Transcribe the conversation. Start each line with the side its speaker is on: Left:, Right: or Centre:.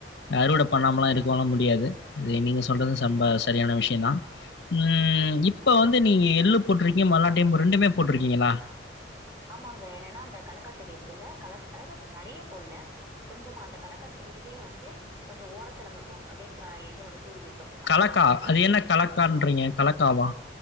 Left: அறுவட பண்ணாமலா இருக்கவுலா முடியாது அது நீங்க சொல்றது சம்ப சரியான விஷ்யந்தா ம் இப்ப வந்து நீங்க எள்ளு போட்ருக்கீங்க மல்லாட்டெய் போ ரெண்டுமே போட்ருக்கீங்களா
Right: ஆமாங்க என்னனா அந்த கலக்கா செடி இருக்குல்ல கலக் அதாது நறைய போட்ல கொஞ்சமா அந்த கலக்கா செடியிலே வந்து கொஞ்சொ ஓரத்துல மட்டு அப்டே த எள்ளு வந்து தூவி விட்டோ
Left: கலக்கா அது என்ன கலக்கான்றீங்க கலக்காவா